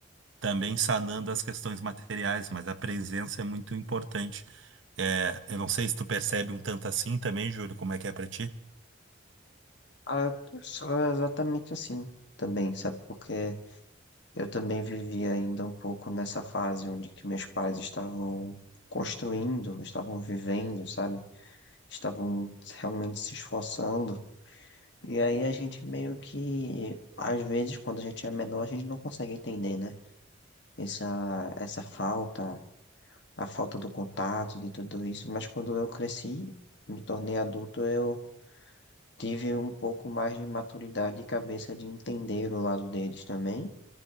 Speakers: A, on the right; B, on the left.
A: Também sanando as questões materiais, mas a presença é muito importante. É, eu não sei se tu percebe um tanto assim também, Júlio, como é que é pra ti?
B: Ah, eu sou exatamente assim também, sabe? Porque eu também vivia ainda um pouco nessa fase onde que meus pais estavam construindo, estavam vivendo, sabe? Estavam realmente se esforçando. E aí a gente meio que, às vezes, quando a gente é menor, a gente não consegue entender, né? Essa, essa falta, a falta do contato, de tudo isso. Mas quando eu cresci, me tornei adulto, eu tive um pouco mais de maturidade e cabeça de entender o lado deles também,